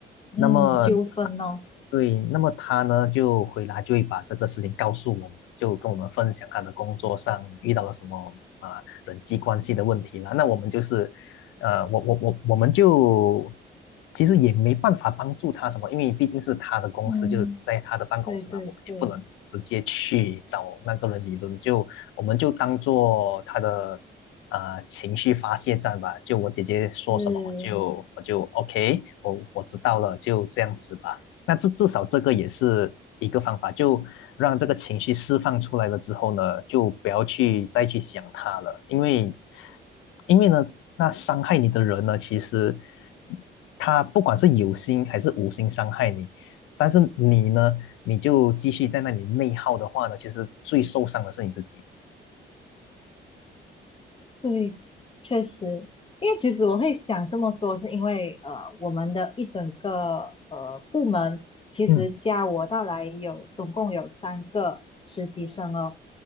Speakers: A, on the left; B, on the left.
A: 嗯，
B: 那么嗯
A: 纠纷哦，
B: 对，那么他呢就回来就会把这个事情告诉我们，就跟我们分享他的工作上遇到了什么啊人际关系的问题了。那我们就是，呃，我我我我们就其实也没办法帮助他什么，因为毕竟是他的公司，
A: 嗯，
B: 就是在他的办公室嘛，
A: 对对对，
B: 我们也不能直接去找那个人理论，就我们就当做他的啊、情绪发泄站吧。就我姐姐说什么，
A: 是，
B: 我就我就 OK，我我知道了，就这样子吧。那至至少这个也是一个方法，就让这个情绪释放出来了之后呢，就不要去再去想它了，因为，因为呢，那伤害你的人呢，其实他不管是有心还是无心伤害你，但是你呢，你就继续在那里内耗的话呢，其实最受伤的是你自己。
A: 对，确实，因为其实我会想这么多，是因为呃，我们的一整个呃部门其实加我到来有总共有三个实习生哦。
B: 嗯